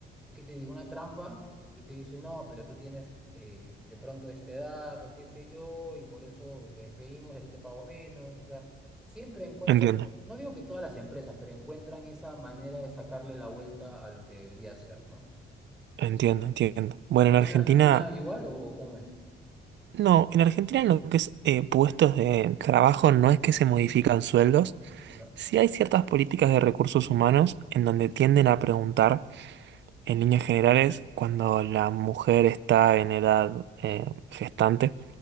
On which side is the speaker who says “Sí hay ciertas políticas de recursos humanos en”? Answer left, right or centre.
Right